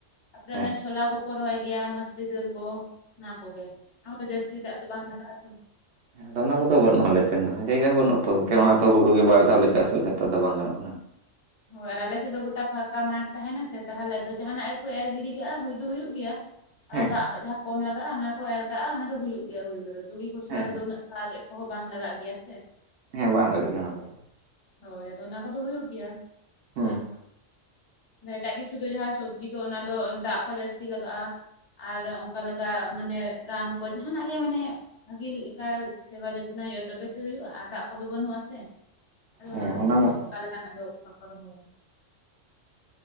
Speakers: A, on the left; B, on the right.
A: ᱛᱟᱯᱚᱨᱮ
B: ᱦᱮᱸ
A: ᱚᱱᱮ ᱪᱷᱚᱞᱟ ᱠᱚᱠᱚ ᱨᱚᱦᱚᱭ ᱜᱮᱭᱟ ᱢᱟᱥᱨᱤ ᱫᱟᱹᱞ ᱠᱚ। ᱚᱱᱟ ᱠᱚᱜᱮ ᱚᱱᱟ ᱠᱚᱫᱚ ᱡᱟᱥᱛᱤ ᱫᱟᱜ ᱫᱚ ᱵᱟᱝ ᱞᱟᱜᱟᱜ ᱟᱛᱚ।
B: ᱦᱮᱸ। ᱟᱫᱚ ᱚᱱᱟ ᱠᱚᱫᱚ ᱵᱟᱹᱱᱩᱜᱼᱟ ᱟᱞᱮ ᱥᱮᱱ ᱫᱚ ᱡᱟᱭᱜᱟ ᱦᱚᱸ ᱵᱟᱹᱱᱩᱜᱼᱟ ᱛᱚ ᱮᱠᱮᱱ ᱦᱚᱸᱜ-ᱚᱭ ᱛᱚ ᱜᱩᱲᱩ ᱜᱮ ᱵᱟᱨ ᱫᱷᱟᱣ ᱞᱮ ᱪᱟᱥ ᱨᱮᱜᱮ ᱛᱚ ᱟᱫᱚ ᱵᱟᱝ ᱜᱟᱱᱚᱜ ᱠᱟᱱᱟ।
A: ᱦᱳᱭ ᱟᱨ ᱟᱞᱮᱥᱮᱡ ᱫᱚ ᱜᱚᱴᱟ ᱯᱷᱟᱸᱠᱟ ᱢᱟᱴ ᱛᱟᱦᱮᱱᱟ ᱥᱮ ᱛᱟᱦᱞᱮ ᱫᱚ ᱡᱟᱦᱟᱱᱟᱜ ᱜᱮᱠᱚ ᱮᱨ ᱜᱤᱰᱤ ᱠᱟᱜᱼᱟ ᱦᱩᱭ ᱫᱚ ᱦᱩᱭᱩᱜ ᱜᱮᱭᱟ ᱟᱫᱚ
B: ᱦᱮᱸ
A: ᱫᱟᱜ ᱡᱟᱦᱟᱸ ᱠᱚᱢ ᱞᱟᱜᱟᱜᱼᱟ ᱚᱱᱟ ᱠᱚ ᱮᱨ ᱠᱟᱜᱼᱟ ᱚᱱᱟ ᱫᱚ ᱦᱩᱭᱩᱜ ᱜᱮᱭᱟ ᱦᱩᱭ ᱠᱚᱫᱚ ᱛᱩᱲᱤ ᱠᱷᱚᱥᱞᱟ
B: ᱦᱮᱸ
A: ᱠᱚᱫᱚ ᱩᱱᱟᱹᱜ ᱥᱟᱨ ᱮᱜ ᱠᱚᱦᱚᱸ ᱵᱟᱝ ᱞᱟᱜᱟᱜ ᱜᱮᱭᱟ ᱪᱮ।
B: ᱦᱮᱸ ᱵᱟᱝ ᱞᱟᱜᱟᱜ ᱜᱮᱭᱟ ᱚᱱᱟ ᱠᱚᱫᱚ।
A: ᱦᱳᱭ ᱟᱫᱚ ᱚᱱᱟ ᱠᱚᱫᱚ ᱦᱩᱭᱩᱜ ᱜᱮᱭᱟ।
B: ᱦᱩᱸ।
A: ᱱᱮ ᱮᱴᱟᱜ ᱠᱤᱪᱷᱩ ᱫᱚ ᱡᱟᱦᱟᱸ ᱥᱚᱵᱽᱡᱤ ᱠᱚ ᱚᱱᱟ ᱫᱚ ᱫᱟᱜ ᱠᱚ ᱡᱟᱹᱥᱛᱤ ᱞᱟᱜᱟᱜᱼᱟ। ᱟᱨ ᱚᱝᱠᱟ ᱞᱮᱠᱟ ᱢᱟᱱᱮ ᱨᱟᱱ ᱠᱚ ᱡᱟᱼᱼ ᱡᱟᱦᱟᱱᱟᱜ ᱜᱮ ᱢᱟᱱᱮ ᱵᱷᱟᱜᱤ ᱞᱮᱠᱟ ᱥᱮᱵᱟ ᱡᱚᱛᱱᱚᱭ ᱦᱩᱭᱩᱜᱼᱟ ᱛᱚᱵᱮ ᱥᱮ ᱦᱩᱭᱩᱜᱼᱟ ᱟᱨ ᱫᱟᱜ ᱠᱚᱫᱚ ᱵᱟᱹᱱᱩᱜᱼᱟ ᱥᱮᱼᱼ ᱟᱫᱚ ᱚᱱᱟ
B: ᱦᱮᱸ
A: ᱠᱷᱟᱹᱛᱤᱨ ᱛᱮ
B: ᱢᱟ
A: ᱚᱱᱠᱟ ᱞᱮᱠᱟᱱᱟᱜ ᱫᱚ ᱵᱟᱠᱚ ᱨᱚᱦᱚᱭᱟ᱾